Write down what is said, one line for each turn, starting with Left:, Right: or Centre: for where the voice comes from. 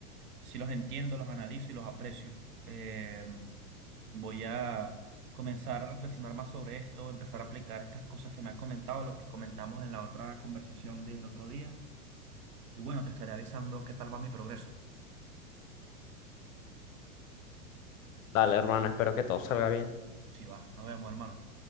Right: sí los entiendo, los analizo y los aprecio. Eh, voy a comenzar a reflexionar más sobre esto, empezar a aplicar estas cosas que me has comentado, lo que comentamos en la otra conversación del otro día. Y bueno, te estaré avisando qué tal va mi progreso.
Left: Dale, hermano, espero que todo salga bien.
Right: Si va, nos vemos, hermano.